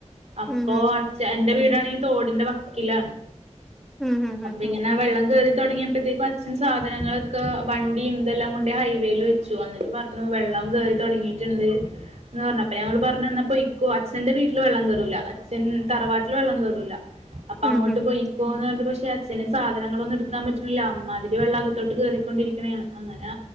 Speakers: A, on the right; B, in the centre.
A: അപ്പൊ
B: ഉം
A: അച്ഛ എന്റെ വീടാണെങ്കി തോടിന്റെ വക്കിലാണ്
B: ഉം ഉം ഉം
A: അപ്പൊ
B: ഉം
A: ഇങ്ങനെ
B: ഉം
A: വെള്ളം കേറി തുടങ്ങിയപ്പോഴത്തേക്കും അച്ഛൻ സാധനങ്ങളൊക്കെ വണ്ടി ഇതെല്ലാം കൊണ്ട ഹൈവേയിൽ വെച്ചു ന്നിട്ട് പറഞ്ഞു വെള്ളം കേറി തൊടങ്ങിയിട്ടുണ്ട് ന്ന് പറഞ്ഞു അപ്പൊ ഞങ്ങള് പറഞ്ഞു ഇന്നാ പൊയിക്കോ അച്ഛന്റെ വീട്ടില് വെള്ളം കയറൂല അച്ഛൻ തറവാട്ടില് വെള്ളം കയറൂല അപ്പൊ
B: ഉം
A: അങ്ങോട്ട്
B: ഉം ഉം
A: പോയിക്കോന്ന്ണ്ട്
B: ഉം
A: പക്ഷെ അച്ഛനും സാധനങ്ങളൊന്നും എടു ക്കാൻ പറ്റ്ണില്ല അമ്മാതിരി വെള്ളം അകത്തോട്ട് കേറിക്കൊണ്ടിരിക്കണേണ് അങ്ങനെ